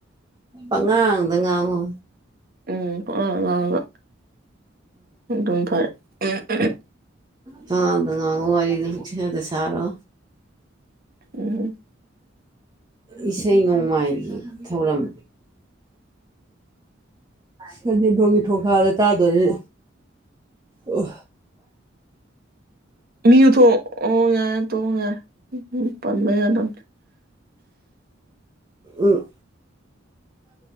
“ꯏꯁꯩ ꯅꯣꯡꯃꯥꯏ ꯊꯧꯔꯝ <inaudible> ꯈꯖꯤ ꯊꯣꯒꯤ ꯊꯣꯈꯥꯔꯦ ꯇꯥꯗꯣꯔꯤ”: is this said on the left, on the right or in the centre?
Right